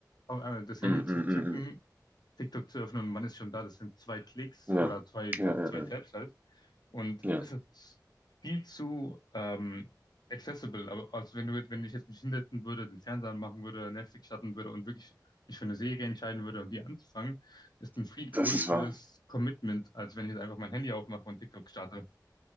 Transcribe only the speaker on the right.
Mhm,
mhm,
mhm.
Ja.
Ja, ja,
ja.
Ja,
das ist wahr.